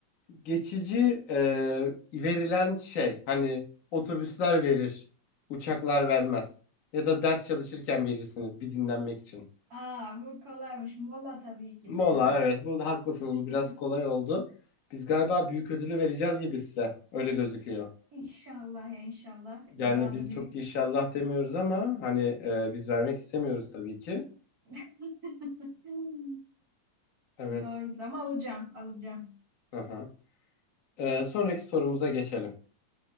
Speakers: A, on the left (about 80°); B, on the right (about 70°).
A: geçici e, verilen şey hani otobüsler verir, uçaklar vermez. Ya da ders çalışırken verirsiniz bir dinlenmek için.
B: Aa bu kolaymış. Mola tabii ki
A: Valla
B: de.
A: evet bu haklısınız
B: <laughs>
A: bu biraz kolay oldu. Biz galiba büyük ödülü vereceğiz gibi size öyle gözüküyor.
B: İnşallah ya inşallah.
A: Yani
B: İddia
A: biz
B: da büyük.
A: çok inşallah demiyoruz ama hani e, biz vermek istemiyoruz tabii ki.
B: <laughs>
A: Evet.
B: Doğrudur ama alacağım alacağım.
A: Aha. E, sonraki sorumuza geçelim.